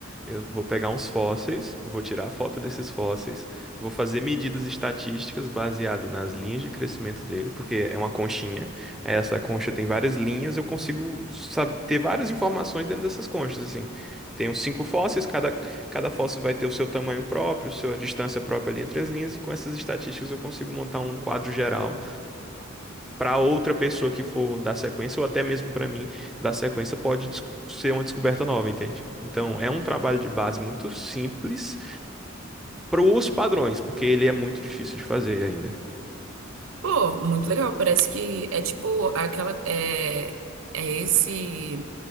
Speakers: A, in the centre; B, on the right.
A: Eu vou pegar uns fósseis, vou tirar a foto desses fósseis, vou fazer medidas estatísticas baseado nas linhas de crescimento dele, porque é uma conchinha. aí Essa concha tem várias linhas, eu consigo sab- ter várias informações dentro dessas conchas, assim. Tenho cinco fósseis, cada, cada fóssil vai ter o seu tamanho próprio, sua distância própria ali entre as linhas, e com essas estatísticas eu consigo montar um quadro geral para outra pessoa que for dar sequência, ou até mesmo para mim dar sequência, pode des- ser uma descoberta nova, entende? Então, é um trabalho de base muito simples para os padrões, porque ele é muito difícil de fazer ainda.
B: Pô, muito legal. Parece que é tipo aquela. É, é esse.